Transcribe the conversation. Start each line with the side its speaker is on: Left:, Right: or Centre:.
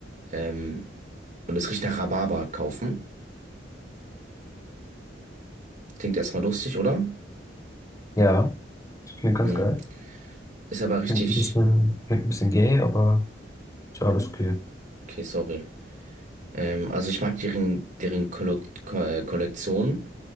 Right: ähm, und es riecht nach Rhabarber kaufen. Klingt erstmal lustig, oder?
Left: Ja, ich finde ganz
Right: Hm.
Left: geil.
Right: Ist aber richtig.
Left: Klingt ein bisschen, klingt ein bisschen gay, aber ist alles okay.
Right: Okay, sorry. Ähm, also ich mag deren, deren Kollo Ko äh, Kollektion